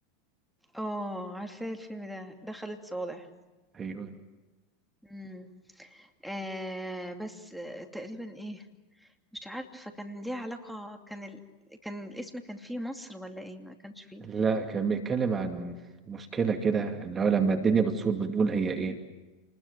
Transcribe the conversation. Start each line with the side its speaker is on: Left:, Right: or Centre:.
Centre: اه عارفاه الفيلم ده ده خالد صالح
Right: أيوه
Centre: امم آه بس آه، تقريبا ايه مش عارفة كان ليه علاقة كان ال... كان الاسم كان فيه مصر ولا ايه ما كانش فيه
Right: لا كان بيتكلم عن مشكلة كده اللي هو لما الدنيا بتصور بنقول هي إيه